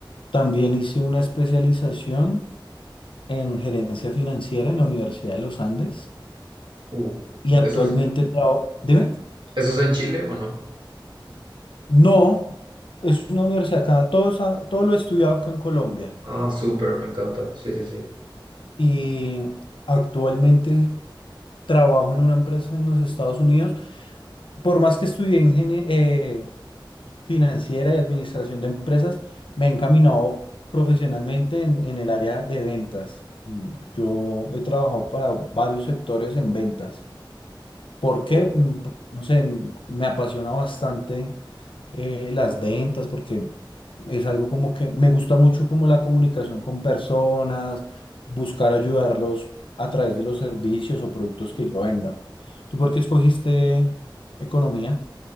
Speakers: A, on the left; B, on the right.
A: También hice una especialización en gerencia financiera en la Universidad de los Andes.
B: Uh,
A: Y actualmente
B: ¿eso es,
A: trabajo. Dime,
B: eso es en Chile o no?
A: no, es una universidad acá. Todo, es todo lo he estudiado acá en Colombia.
B: Ah, súper, me encanta. Sí, sí, sí.
A: Y actualmente. trabajo en una empresa en los Estados Unidos. Por más que estudié ingenie- eh, financiera y administración de empresas, me he encaminado profesionalmente en, en el área de ventas. Mm, Yo he trabajado para varios sectores en ventas porque,
B: Oh,
A: mm, p- no sé, mm, me apasiona bastante eh, las ventas porque es algo como que me gusta mucho como la comunicación con personas, buscar ayudarlos a través de los servicios o productos que yo venda. ¿Tú por qué escogiste economía?